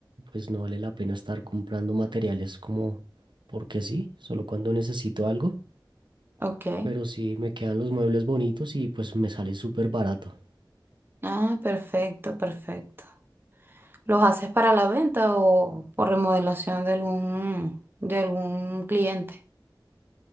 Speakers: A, on the right; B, on the right.
A: Pues no vale la pena estar comprando materiales como porque sí, solo cuando necesito algo.
B: Ok.
A: Pero sí me quedan los muebles bonitos y pues me sale súper barato.
B: Ah, perfecto, perfecto. ¿Los haces para la venta o por remodelación de algún, de algún cliente?